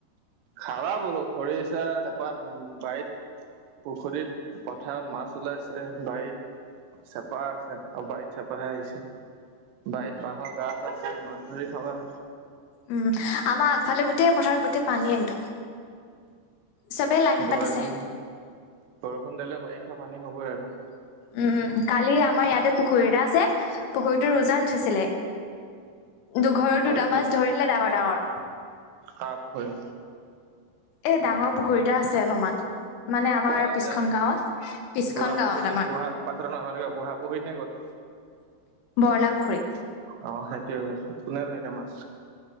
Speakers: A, on the right; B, on the left.
A: খাবা বলো খৰিচা চেপাত উ বাৰীত পুখুৰীত পথাৰত মাছ ওলাইছে বাৰীত চেপা আছে আৰু বাৰীত চেপাহে আহিছে বাৰত বাঁহৰ কাষ আছে ধৰি খাবা।
B: উম আমাৰ আগফালে গোটেই পথাৰত গোটেই পানী একদম। চবেই লাঙি
A: বৰষুণ
B: পাতিছে
A: বৰষুণ দিলে। বাৰিষা পানী হ'বই আৰু।
B: উম কালি আমাৰ ইয়াতে পুখুৰীটা আছে। পুখুৰীতো উজান উঠৈছিলে। দুঘৰৰ
A: তাৰপিছত
B: দুটা মাছ ধৰিলে ডাঙৰ ডাঙৰ।
A: কাৰ পূখূৰীৰ।
B: এ ডাঙৰ পুখুৰীতটা আছে অলপমান মানে আমাৰ
A: ক'ত আছে
B: পিছখন গাঁৱত পিছখন
A: বুঢ়া পুহী
B: গাঁৱত
A: নে
B: আমাৰ
A: বুঢ়া পাথাৰ আমাৰে বুঢা পুখুৰী নে ক'ত।
B: কলাপুখুৰী।
A: অ সেইটোয়ে কৈছো কোনে ধৰিলে মাছ।